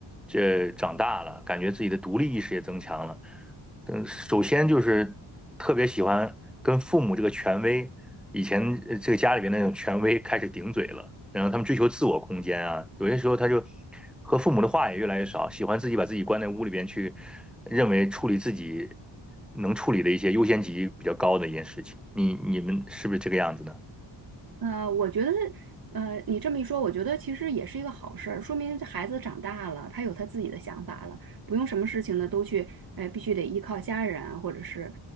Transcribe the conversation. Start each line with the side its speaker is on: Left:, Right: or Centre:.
Centre: 这长大了，感觉自己的独立意识也增强了。嗯，首先就是特别喜欢跟父母这个权威，以前呃这个家里边那种权威开始顶嘴了，然后他们追求自我空间啊，有些时候他就和父母的话也越来越少，喜欢自己把自己关在屋里边去，认为处理自己能处理的一些优先级比较高的一件事情。你你们是不是这个样子呢？
Right: 呃，我觉得，呃，你这么一说，我觉得其实也是一个好事儿，说明这孩子长大了，他有他自己的想法了，不用什么事情呢都去，哎，必须得依靠家人啊或者是，